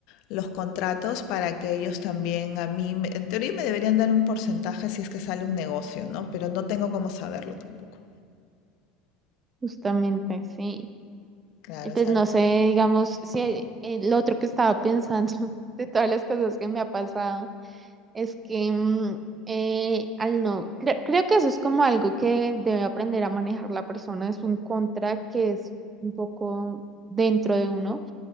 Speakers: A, on the left (about 60°); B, on the right (about 25°).
A: los contratos para que ellos también a mí, me- en teoría me deberían dar un porcentaje si es que sale un negocio, ¿no? Pero no tengo cómo saberlo tampoco.
B: justamente, sí.
A: Claro,
B: Y pues
A: o sea,
B: no sé, digamos, si el otro que estaba pensando <laughs> de todas las cosas que me ha pasado. Es que mm, eh, al no, cre- creo que eso es como algo que debe aprender a manejar la persona, es un contra que es un poco dentro de uno